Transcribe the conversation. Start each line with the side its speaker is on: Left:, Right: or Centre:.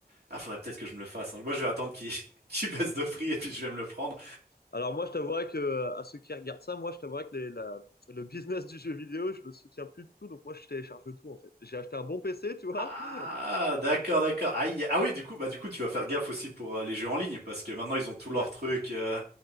Right: Ah, faudrait peut-être que je me le fasse. hein. Moi, je vais attendre qu'il <laughs> qu'il baisse de prix et puis je vais me le prendre.
Left: Alors moi, je t'avouerais que euh, à ceux qui regardent ça, moi, je t'avouerais que les- la- le business du jeu vidéo, je le soutiens plus du tout. Donc moi, je télécharge tout en fait. J'ai acheté un bon PC, tu vois.
Right: Ah,
Left: <laughs> Je télécharge
Right: d'accord,
Left: tout.
Right: d'accord. Aïe. Ah oui, du coup, bah du coup, tu vas faire gaffe aussi pour euh, les jeux en ligne parce que maintenant ils ont tous
Left: Ouais.
Right: leurs trucs. euh,